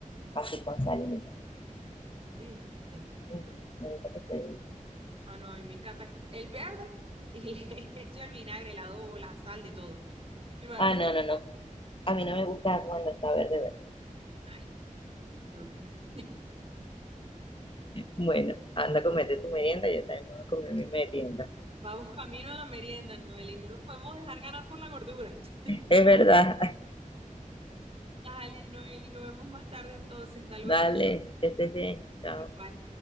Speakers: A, on the left (about 40°); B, on the right (about 45°).
A: Así con sal y limón.
B: Viste.
A: Mm, Me gusta que esté.
B: Ah, no, a mí me encanta el verde y <laughs> le echo el vinagre, el adobo, la sal, de todo. Mi hermano
A: Ah,
B: dice,
A: no, no, no. A mí no me gusta cuando está verde, verde.
B: ay, qué horrible.
A: Bueno, anda a comerte tu merienda, yo también voy a comer mi merienda.
B: Vamos camino a la merienda, Noel, y no nos podemos dejar ganar por la gordura. <laughs>
A: Es verdad,
B: Dale, Noel, y nos vemos más tarde entonces.
A: <laughs>
B: Hasta luego.
A: dale, que estés bien. Chao.
B: Igual.